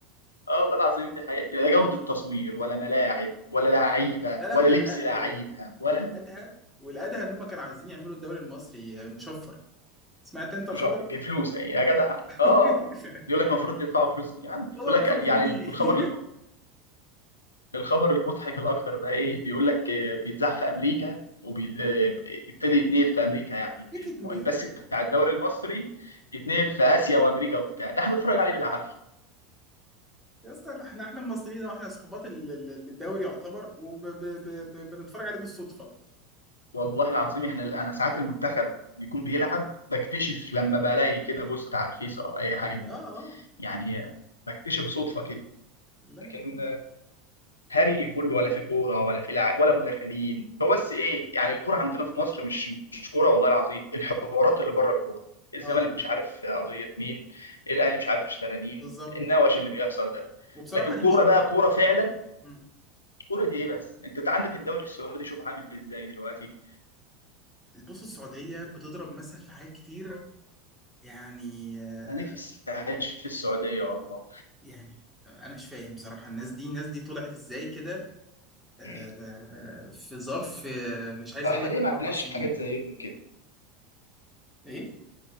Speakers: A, on the left; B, in the centre.
A: اه والله العظيم دي حقيقة لا جودة تصوير ولا ملاعب ولا لعيبة
B: لا لا
A: ولا
B: والأ...
A: لبس لعيبة
B: وال...
A: ولا
B: والادهى والادهى ان هم كانوا عايزين يعملوا الدوري المصري آه، مشفر سمعت انت الخبر
A: مش عارف-
B: ده
A: بفلوس أي- يا جدع
B: <laughs>
A: اه يقول لك المفروض تدفعوا فلوس يعني
B: والله
A: يقول
B: ما
A: لك
B: ادفع
A: يعني
B: فيه جنيه
A: الخبر الخبر المضحك الاكتر بقى ايه بيقول لك آه، بيتذاع في امريكا وابتدي يتنقل في امريكا يعني
B: <laughs> بيكت
A: الم-
B: مين
A: البث بتاع الدوري المصري يتنقل في اسيا وامريكا وبتاع ده احنا بنتفرج عليه بالعافيه
B: يا اسطى احنا احنا مصريين واحنا صحبات ال- ال- الدوري يعتبر وبنتفرج عليه بالصدفه
A: والله العظيم احنا انا ساعات المنتخب بيكون بيلعب بكتشف لما بلاقي كده بوست على الفيس او اي حاجه دي.
B: اه اه
A: يعني آه، بكتشف صدفه كده
B: لا لا
A: لكن
B: لا
A: هري كله ولا في كوره ولا في لع... ولا مدربين هو بس ايه يعني الكوره عندنا في مصر مش مش كوره والله العظيم الحوارات اللي بره الكوره الزمالك
B: اه
A: مش عارف قضيه مين الاهلي مش عارف اشترى مين
B: بالظبط
A: النوش اللي بيحصل ده
B: وبصراحه
A: لكن
B: دي
A: كوره
B: مش كوره
A: بقى كوره فعلا
B: مم.
A: كوره دي ايه بس انت ده عندك الدوري السعودي شوف عامل ازاي دلوقتي
B: بص السعوديه بتضرب مثل في حاجات كتير يعني آه،
A: انا نفسي اعيش في السعوديه والله
B: يعني انا مش فاهم بصراحه الناس دي الناس دي طلعت ازاي كده آه،
A: <laughs>
B: في ظرف آه، مش عايز
A: احنا
B: اقول لك
A: ليه
B: ثلاث
A: ما عندناش
B: اربع سنين
A: حاجات زيهم كده
B: ايه